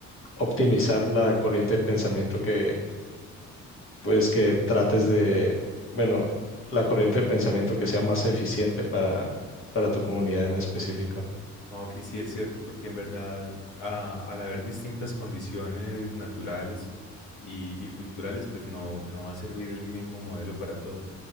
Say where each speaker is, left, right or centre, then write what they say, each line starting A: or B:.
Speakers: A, on the left; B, on the left.
A: optimizar la corriente de pensamiento que pues que trates de, bueno, la corriente de pensamiento que sea más eficiente para, para tu comunidad en específico.
B: Ah, Ok, sí, es cierto, porque en verdad, a- al haber distintas condiciones naturales y, y culturales, pues no, no va a servir el mismo modelo para todos.